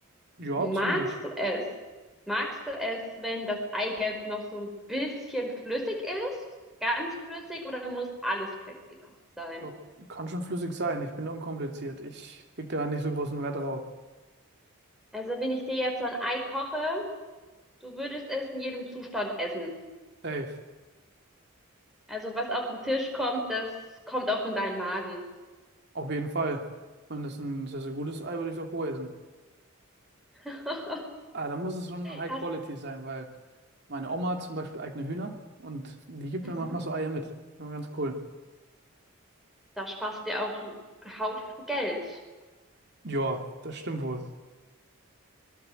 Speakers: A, on the right; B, in the centre.
A: Ja,
B: Magst
A: ziemlich.
B: du es? Magst du es, wenn das Eigelb noch so ein bisschen flüssig ist? Ganz flüssig oder muss alles festgekocht sein?
A: Doch, kann schon flüssig sein. Ich bin unkompliziert. Ich leg da nicht so großen Wert drauf.
B: Also, wenn ich dir jetzt so ein Ei koche, du würdest es in jedem Zustand essen.
A: Safe.
B: Also, was auf den Tisch kommt, das kommt auch in deinen Magen.
A: Auf jeden Fall. Wenn das ein sehr, sehr gutes Ei, würde ich es auch roh essen.
B: <laughs>
A: Aber dann muss es schon High
B: Hast,
A: Quality sein, weil meine Oma hat zum Beispiel eigene Hühner und die gibt
B: mhm.
A: mir manchmal so Eier mit. Ja, Ganz cool.
B: Da sparst du dir auch einen Haufen Geld.
A: Ja, das stimmt wohl.